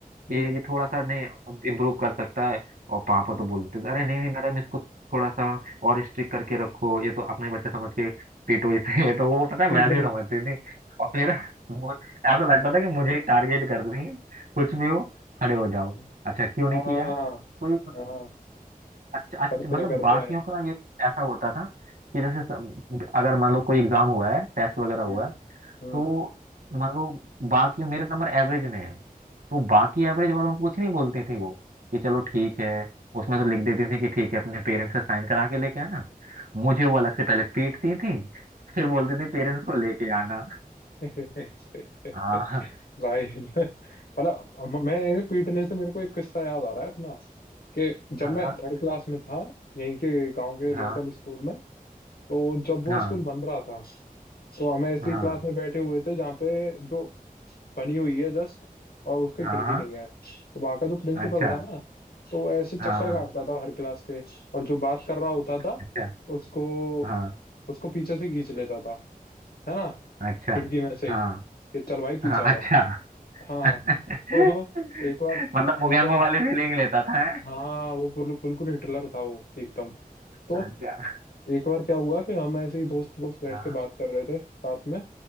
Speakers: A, on the left; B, on the right.
A: हम्म
B: कि ये थोड़ा सा नहीं इम्प्रूव कर सकता है और पापा
A: हम्म
B: तो बोलते थे अरे नहीं नहीं मैडम इसको थोड़ा सा और स्ट्रिक्ट करके रखो ये तो अपना ही बच्चा समझ के पीटो इसे <laughs> तो वो पता है
A: पीटो
B: वैसे ही समझती थी और फिर <laughs> वो- ऐसा लगता था कि मुझे ही टारगेट कर रही है कुछ भी हो खड़े हो जाओ
A: <laughs>
B: अच्छा क्यों नहीं
A: हाँ
B: किया कोई मतलब
A: हाँ
B: अच्छा अच्छा
A: करते
B: मतलब
A: हैं करते
B: बाकियों
A: हैं
B: का ये ऐसा होता था कि जैसे सम- अगर मान लो कोई एग्जाम हुआ है टेस्ट वगैरह हुआ
A: हम्म
B: है
A: हम्म
B: तो मान लो बाकी मेरे नंबर एवरेज में है तो बाकी एवरेज वालों को कुछ नहीं बोलती थी वो कि चलो ठीक है उसमें तो लिख देती थी कि ठीक है अपने पेरेंट्स से साइन करा के लेके आना मुझे वो अलग से पहले पीटती थी <laughs> फिर बोलती थी पेरेंट्स को लेके आना
A: <laughs>
B: हाँ
A: भाई मतलब हम- मैं ऐसे पीटने से मेरे को एक किस्सा याद आ रहा है अपना कि जब
B: हाँ
A: मैं
B: हाँ
A: थर्ड क्लास में था यहीं के गांव के लोकल
B: हाँ
A: स्कूल में तो जब वो
B: हाँ
A: स्कूल बन रहा था तो हम ऐसी
B: हाँ
A: क्लास में बैठे हुए थे जहाँ पे जो बनी हुई है जस्ट और उसकी
B: हाँ
A: खिड़की
B: हाँ,
A: नहीं है तो वहाँ का जो प्रिंसिपल
B: अच्छा
A: था ना तो वो ऐसे चक्कर
B: हाँ
A: काटता था हर क्लास के और जो बात कर रहा होता था
B: अच्छा
A: उसको
B: हाँ।
A: उसको पीछे से खींच लेता था है ना
B: अच्छा
A: खिड़की में से ही
B: हाँ
A: कि चल भाई पीछे
B: हाँ
A: आ जा
B: अच्छा
A: हाँ
B: <laughs>
A: तो एक बार
B: मतलब मोगैम्बो
A: एक बार
B: वाली फीलिंग लेता था है
A: हाँ वो बिल्कुल बिल्कुल हिटलर था वो एकदम तो
B: अच्छा
A: एक बार क्या हुआ कि हम ऐसे ही दोस्त दोस्त बैठ
B: हाँ
A: के बात कर रहे थे साथ में